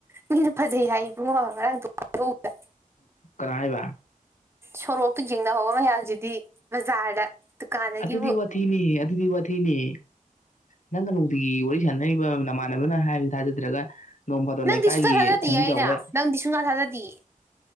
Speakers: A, on the right (about 15°); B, on the left (about 60°).
A: ꯃꯤꯅ ꯐꯖꯩ ꯍꯥꯏ ꯏꯕꯨꯡꯉꯣ ꯉꯔꯥꯡꯗꯨꯀꯥꯟꯊꯣꯛꯎꯕꯗꯥ
B: ꯀꯅꯥ ꯍꯥꯏꯕ
A: ꯁꯣꯔꯣꯛꯇ ꯌꯦꯡꯅ ꯍꯧꯕ ꯃꯌꯥꯝꯁꯤꯗꯤ ꯕꯖꯥꯔꯗ ꯗꯨꯀꯥꯟꯗꯒꯤꯕꯨ
B: ꯑꯗꯨꯗꯤ ꯋꯥꯊꯤꯅꯦ ꯑꯗꯨꯗꯤ ꯋꯥꯊꯤꯅꯦ ꯅꯪꯅ ꯅꯨꯡꯇꯤꯒꯤ ꯋꯥꯔꯤ ꯁꯥꯟꯅꯔꯤꯕ ꯅꯃꯥꯟꯅ ꯅꯃꯥꯟꯅꯕꯅ ꯍꯥꯏꯕꯁꯤ ꯊꯥꯖꯗ꯭ꯔꯒ ꯅꯣꯡ ꯐꯥꯗꯣꯛ
A: ꯅꯪꯗꯤ
B: ꯂꯩꯀꯥꯏꯒꯤ
A: ꯁꯨꯡꯊꯥ ꯊꯥꯖꯗꯤꯌꯦ
B: ꯈꯣꯡꯕꯤ
A: ꯑꯩꯅ
B: ꯖꯥꯎ ꯈꯔ
A: ꯅꯪꯗꯤ ꯁꯨꯡꯊꯥ ꯊꯥꯖꯗꯤꯌꯦ